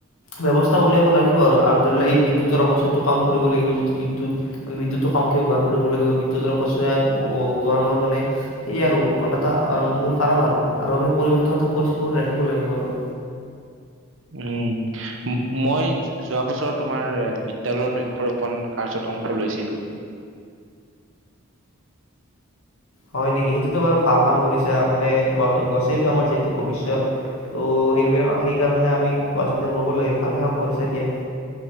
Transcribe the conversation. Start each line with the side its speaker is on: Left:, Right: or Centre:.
Left: ব্যৱস্থা উলিয়াব লাগিব আৰু আৰু ধৰি লোৱা এই বিদ্যুতৰ অপচয়তটো কম কৰিব লাগিব যিটো বিদ্যুতৰ আমি বিদ্যুতটো কমকে ব্যৱহাৰ কৰিব লাগিব বিদ্যুতৰ অপচয়। গৰমৰ মানে এয়ে আৰু মানে এটা মূল কাৰণ আৰু আৰু আমি পৰিৱেশটো সদায় পৰিষ্কাৰ কৰি ৰাখিব লাগিব আৰু।
Right: উম মই যোৱা বছৰ তোমাৰ বিদ্যালয়ৰ বৃক্ষ ৰোপন কাৰ্যত অংশ লৈছিলো।
Left: হয় নেকি সেইটোতো বাৰু ভাল কাম কৰিছা মানে গছেই আমাৰ যিহেতু ভৱিষ্যত তো সেইবাক সেইকাৰণে আমি গছ বিলাক ৰুব লাগে ভালে কাম কৰিছা দিয়া।